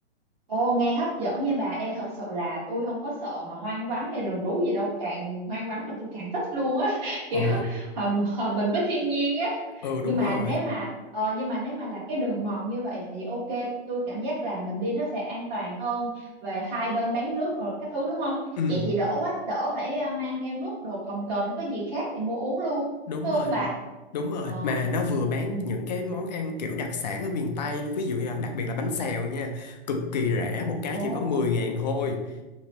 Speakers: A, on the right; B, on the left.
A: Ồ, nghe hấp dẫn nha bà. Ê, thật sự là tôi không có sợ mà hoang vắng hay rừng rú gì đâu. Càng hoang vắng là tôi càng thích luôn á. <laughs> Kiểu
B: ờ
A: hòa, hòa mình với thiên nhiên á.
B: ừ đúng
A: Nhưng mà
B: rồi
A: nếu mà ờ, nhưng mà nếu mà là cái đường mòn như vậy thì ok. Tôi cảm giác là mình đi nó sẽ an toàn hơn về hai bên bán nước rồi các thứ đúng không?
B: Ừm,
A: Vậy thì đỡ quá. Đỡ phải ờ, mang theo nước đồ cồng kềnh có gì khác thì mua uống luôn.
B: đúng
A: Đúng
B: rồi
A: không bà?
B: đúng rồi
A: Ờ.
B: mà nó vừa bán
A: Ừ.
B: những cái món ăn kiểu đặc sản ở miền Tây luôn ví dụ như là đặc biệt là bánh xèo nha cực kỳ rẻ một cái
A: Ồ,
B: chỉ có 10 ngàn thôi